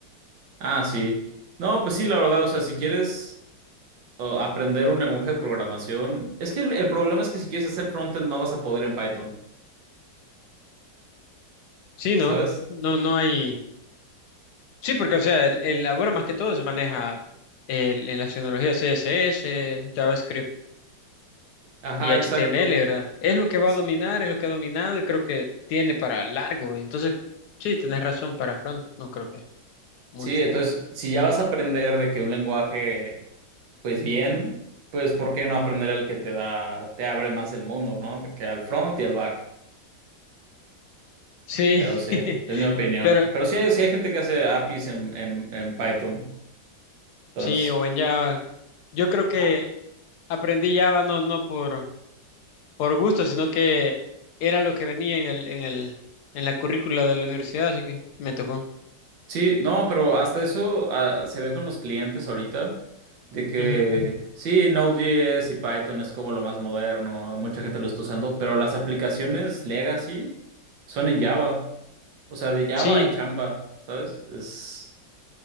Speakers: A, on the right; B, on the left.
A: Ah, sí. No, pues sí, la verdad, o sea, si quieres uh, aprender un lenguaje de programación, es que el, el problema es que si quieres hacer frontend no vas a poder en Python,
B: Sí,
A: ¿sabes?
B: ¿no? No, no hay... Sí, porque, o sea, el, el- ahora más que todo se maneja el- en las tecnologías CSS, JavaScript.
A: Ajá,
B: y HTML,
A: exacto.
B: ¿verdad? Es lo que va
A: S-
B: a dominar, es lo que ha dominado y creo que tiene para largo. Entonces, sí, tenés razón, para front no creo que mucho.
A: Sí, entonces, si ya vas a aprender de que un lenguaje, pues bien, pues ¿por qué no aprender el que te da, te abre más el mundo, ¿no? De Que al front y al back.
B: Sí,
A: Pero sí,
B: <laughs>
A: es mi opinión.
B: pero
A: Pero sí, hay- sí hay gente que hace APIs en, en, en Python. Entonces,
B: sí, o en Java. Yo creo que
A: ah,
B: aprendí Java no, no por, por gusto, sino que era lo que venía en el, en el, en la currícula de la universidad, así que me tocó.
A: sí, no, pero hasta eso ah, se ve con los clientes ahorita, de que
B: Ujú.
A: sí, Node.js y Python es como lo más moderno, mucha gente lo está usando, pero las aplicaciones legacy son en Java. O sea, de Java
B: Sí.
A: y Chamba, ¿sabes? Es...